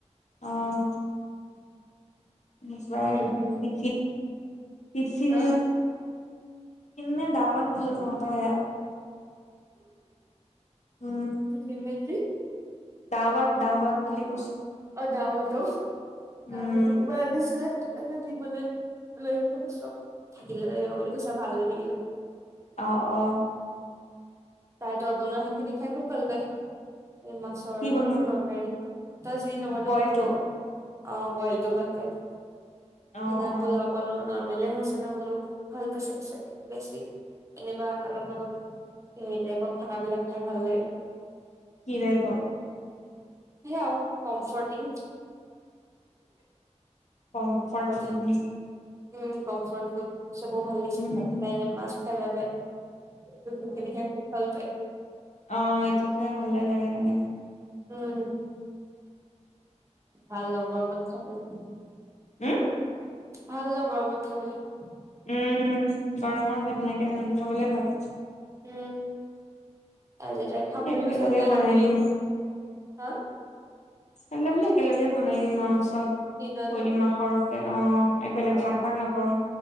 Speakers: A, on the left; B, on the right.
A: অঁ। <unintelligible>
B: মাত্ৰ খালি
A: ই ফিন
B: হা
A: নে <unintelligible> তহঁতৰ ইয়াত। উম।
B: <unintelligible> নে কি?
A: দাৱাত, দাৱাত বুলি কৈছো।
B: অঁ, দাৱাত অঁ,
A: উম
B: তাহাতৰে কোনোবা আনিছিলে। সেইটো কাৰণে দিবলৈ, লৈ আহিবলৈ কৈছো থাকিলে লৈ আহিব বুলি কৈছো ভাল হৈ থাকিলে।
A: অহ-অহ'।
B: তাই তই বনোৱা সেইখিনি খাই খুব ভাল পায় এই মাছ
A: কি বনো
B: তৰকাৰী তই যি নৱনাও
A: বইলটো
B: <unintelligible> অঁ বইলটো ভাল পায়, লগত
A: অ অ
B: পোলাও। কলো নৰ্মেলে হৈছে নহ'লেও ভাল পাইছে কৈছে, বেছি এনেকোৱা অলপ-অলপ সেই টাইপত থকাবিলাক খাই ভাল লাগে।
A: কি টাইপৰ?
B: <unintelligible> কমফৰ্টিং।
A: কম্ফত
B: কৈ
A: ফ্ৰুত
B: থাকে
A: <unintelligible>
B: উম, কম্ফৰ্ত ফোৰ্ট চবৰে ভাল লাগছে
A: উম
B: খায়, তাই এনেই মাছ খাই বেয়া পায়। খিনি খাই খুব ভাল পায়।
A: অঁ, এইটো খাই ভালে লাগে তেনেকে।
B: উম, ভাল লগৰবোৰত <unintelligible>
A: হুম?
B: ভাল লগৰবোৰৰ লগত খাব লাগিব।
A: উম, বাৰ মাছ <unintelligible> তেনেকে খাবলে ভাল।
B: উম আৰু যেতিয়া খাম
A: একেলগে
B: বুলি কৈছিলো যে
A: বনাই
B: নাহিলি,
A: দিম
B: হা।
A: চালেন-বালে একেলগে বনাই দিম আৰু চ'ব,
B: দিনতে
A: থৈ দিম সৰ কে অঁ, এ বেলেগ
B: অ
A: ভাগ-ভাগ নকৰো,